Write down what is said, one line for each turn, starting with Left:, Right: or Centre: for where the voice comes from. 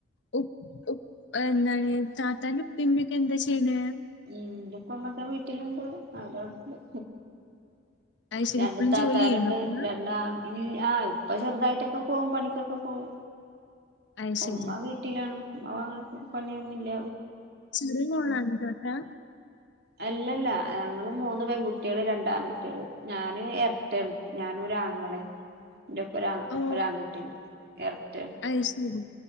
Left: ഉ <unintelligible> എന്താണ് താത്താന്റെ ഉപ്പയും ഉമ്മയൊക്കെ എന്താ ചെയ്യണ്
Right: ഉം ഉപ്പയുമ്മയൊക്കെ വീട്ടിലുണ്ട് അവരോ-
Left: അത് ശരി
Right: രണ്ട്
Left: ഇപ്പളും
Right: താത്താരുണ്ട്
Left: ജോലി ചെയ്യണ്ടോ ഉപ്പ?
Right: രണ്ടാ- ആഹ് ഉപ്പ ചെറുതായിട്ടൊക്കെ പോകും പണിക്കൊക്കെ പോകും
Left: അത് ശരി.
Right: ഉമ്മ വീട്ട- വീട്ടിലാണ് അവ പണിയൊന്നില്ല
Left: ചെറിയ മോളാണ് താത്താ
Right: അല്ലല്ലാ ഞങ്ങള് മൂന്ന് പെൺകുട്ടികള് രണ്ട് ആൺകുട്ടികള് ഞാന് എരട്ടെണ് ഞാനും ഒര് അങ്ങളേം ഇന്റൊപ്പം
Left: ഓ
Right: ഒരാൺകുട്ടിയുണ്ട് എരട്ടയാണ്
Left: അത് ശരി